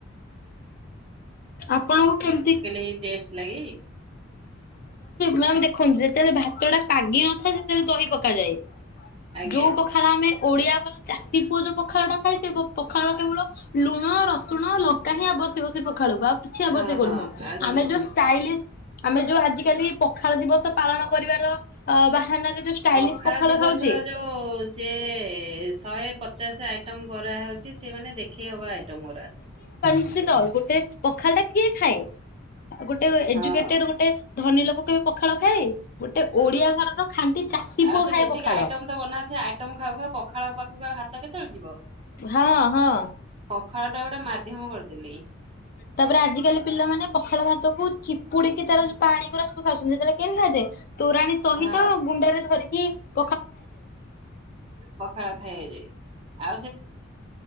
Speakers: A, on the left; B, on the right.
A: ଆପଣଙ୍କୁ କେମିତି
B: ହିଁ ଟେଷ୍ଟ ଲାଗେ।
A: ମାମ୍ ଦେଖନ୍ତୁ ଯେତେବେଳେ ଭାତ ଟା ପାଗି ନଥାଏ। ସେତେବେଳେ ଦହି ପକାଯାଏ।
B: ଆଜ୍ଞା
A: ଯଉ ପଖାଳ ଆମେ। ଓଡିଆ ଘର ଚାଷୀ ପୁଅ ଯୋଉ ପଖାଳ ଟା ଖାଏ। ସେ ପଖାଳ କେବଳ ଲୁଣ ରସୁଣ ଲଙ୍କା ହିଁ ଆବଶ୍ୟକ। ସେପ ଖାଳକୁ ଆଉ କିଛି ଆବଶ୍ୟକ
B: ହଁ ହଁ
A: ନୁହଁ।
B: ଆଉ କିଛି
A: ଆମେ ଯୋଉ ଷ୍ଟାଇଲିଶ ଆମେ ଯୋଉ ଆଜିକାଲି। ପଖାଳ ଦିବସ ପାଳନ
B: ପ
A: କରିବାର ଅ ବାହାନାରେ ଯୋଉ ଷ୍ଟାଇଲିଶ
B: ପଖାଳ ଦିବସ
A: ଖାଉଛେ
B: ର ଯୋଉ ସିଏ ଶହେ ପଚାଶ ଆ ଟମ୍ କରା ହେଉଛି। ସେମାନେ ଦେଖେଇ ହବା ଆଇଟମ ରା
A: ସେ ଜଲ୍ଦୀ ପଖାଳ ଟା କିଏ ଖାଏ ଗୋଟେ ଏଜୁକେଟେଡ
B: ହଁ।
A: ଗୋଟେ ଧନୀ ଲୋକ କେ ପଖାଳ ଖାଏ ଗୋଟେ ଓଡିଆ ଘରର ଖାଣ୍ଟି ଚାଷୀ
B: ଆଉ
A: ପୁଅ
B: ସେ
A: ଖାଏ
B: ଯେତିକି
A: ପଖାଳ
B: ଆଇଟମ ତ ବନାଉଛି ଆଇଟମ ଖାଉ ଖାଉ ପଖାଳଖ ହାତ କେତେବେଳେ ଯିବ।
A: ହଁ ହଁ
B: ପଖାଳ ଟା ଗୋଟେ ମାଧ୍ୟମ କରିଦେଲି
A: ତାପରେ ଆଜିିକାଲି ପିଲାମାନୋନେ ପଖାଳ ଭାତକୁ ଚିପୁଡିକି ତାର ଯୋଉ ପାଣିିକର ସବୁ ଖାଉଛନ୍ତି ସେ ତାେଲେ କେମିତି ଖାଇଯାଏ ତୋରାଣୀ ସହିତ
B: ହଁ
A: ଗୁଣ୍ଡରେ ଧରିକି କି
B: ପଖାଳ ଖାଇ ଯାଇଏ ଆ